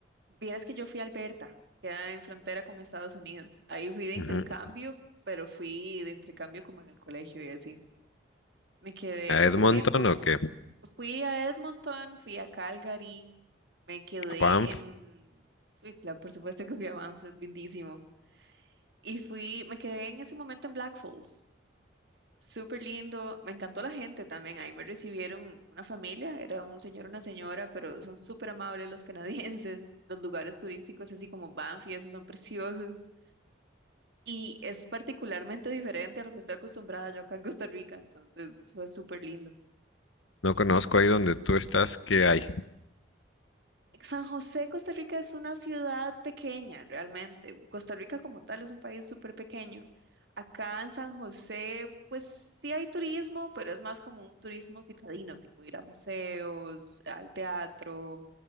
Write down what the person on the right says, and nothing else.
Vieras que yo fui a Alberta, queda en frontera con Estados Unidos. Ahí fui de intercambio,
pero fui de intercambio como en el colegio y así. Me quedé
poco
tiempo.
Fui a Edmonton, fui a Calgary, me quedé
en... Fui, claro, por supuesto que fui a Banff, es lindísimo. Y fui, me quedé en ese momento en Black Falls. Súper lindo, me encantó la gente también, ahí me recibieron una familia, era un señor, una señora, pero son súper amables los canadienses, <laughs> los lugares turísticos así como Banff y esos son preciosos y es particularmente diferente a lo que estoy acostumbrada yo acá en Costa Rica, entonces fue súper lindo.
San José, Costa Rica es una ciudad pequeña, realmente. Costa Rica como tal es un país súper pequeño. Acá en San José, pues sí hay turismo, pero es más como un turismo citadino, tipo ir a museos, al teatro,